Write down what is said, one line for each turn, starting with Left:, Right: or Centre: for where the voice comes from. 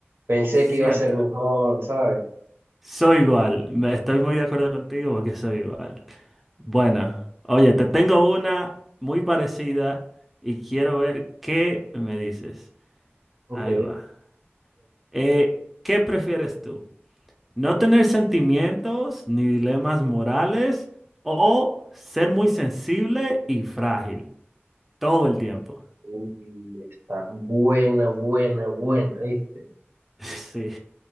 Right: pensé que
Centre: cierto.
Right: iba a ser mejor, ¿sabes?
Centre: Soy igual. Me- Estoy muy de acuerdo contigo porque soy igual. Bueno, oye, te tengo una muy parecida y quiero ver qué me dices.
Right: Ok,
Centre: Ahí va. Eh, ¿qué prefieres tú? ¿No tener sentimientos ni dilemas morales o ser muy sensible y frágil todo el tiempo? <laughs>
Right: Uy, está buena, buena, buena, ¿viste?
Centre: Sí,